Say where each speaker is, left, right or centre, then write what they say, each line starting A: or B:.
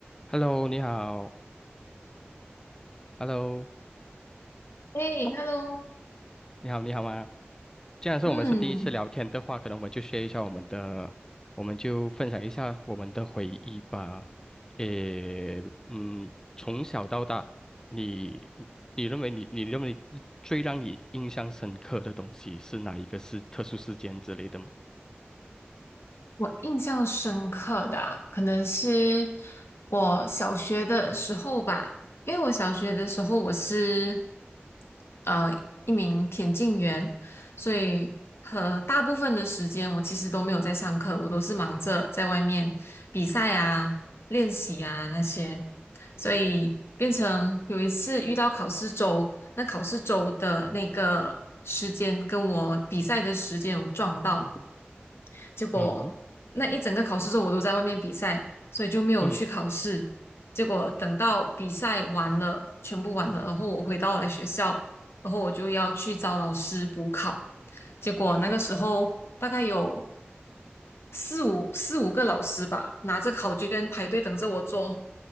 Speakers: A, on the left (about 15°); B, on the left (about 85°).
A: Hello，你好。Hello，
B: 哎，Hello，
A: 你好，你好吗？既然是我们是第一次聊天的话，
B: 嗯，
A: 可能我们就 s 一下我们的，我们就分享一下我们的回忆吧。诶，嗯，从小到大，你你认为你你认为最让你印象深刻的东西是哪一个是特殊事件之类的吗？
B: 我印象深刻的啊可能是我小学的时候吧，因为我小学的时候我是呃一名田径员，所以和大部分的时间我其实都没有在上课，我都是忙着在外面比赛啊、练习啊那些，所以变成有一次遇到考试周，那考试周的那个时间跟我比赛的时间有撞到。结果那一整个考试周我都在外面比赛，
A: 嗯
B: 所以就没有去考试。
A: 嗯，
B: 结果等到比赛完了，全部完了，然后我回到了学校，然后我就要去找老师补考。结果那个时候大概有四五四五个老师吧，拿着考卷排队等着我做。